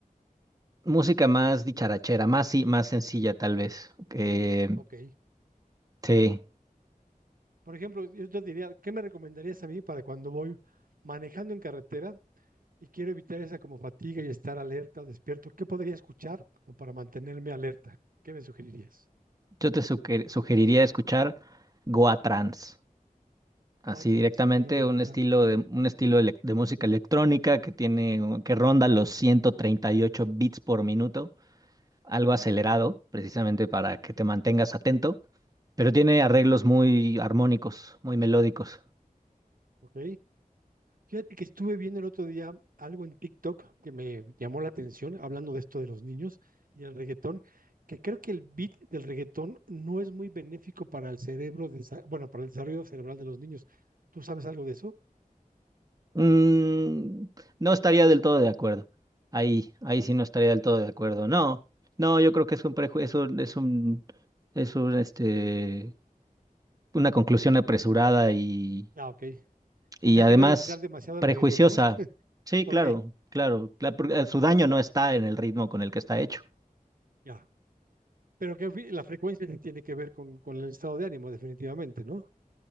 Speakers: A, on the right; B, on the right.
A: Música más dicharachera, más, sí, más sencilla tal vez. Eh,
B: ok.
A: sí,
B: Por ejemplo, yo te diría, ¿qué me recomendarías a mí para cuando voy manejando en carretera y quiero evitar esa como fatiga y estar alerta o despierto? ¿Qué podría escuchar como para mantenerme alerta? ¿Qué me sugerirías?
A: yo te suger- sugeriría escuchar Goa Trance, así
B: Cuatrans,
A: directamente
B: ok, lo voy a anotar.
A: un estilo de un estilo elec- de, música electrónica que tiene un- que ronda los 138 beats por minuto, algo
B: Ujú.
A: acelerado, precisamente para que te mantengas atento, pero tiene arreglos muy armónicos, muy melódicos.
B: Ok. Fíjate que estuve viendo el otro día algo en TikTok que me llamó la atención, hablando de esto de los niños y el reggaetón, que creo que el beat del reggaetón no es muy benéfico para el cerebro, de bueno, para el desarrollo cerebral de los niños. ¿Tú sabes algo de eso?
A: Mm, no estaría del todo de acuerdo. Ahí, ahí
B: Ajá.
A: sí no estaría del todo de acuerdo. No, no, yo creo que es un prejuicio, es un, es un, es un, este, una conclusión apresurada y,
B: Ah, ok.
A: y
B: ya
A: además
B: quererle tirar demasiado al
A: prejuiciosa.
B: reggaetón, ¿no?
A: Sí,
B: Ok,
A: claro, claro, cla- porque, eh, su daño no está en el ritmo con el que está hecho.
B: ya. Pero que fre- la frecuencia que tiene que ver con, con el estado de ánimo, definitivamente, ¿no?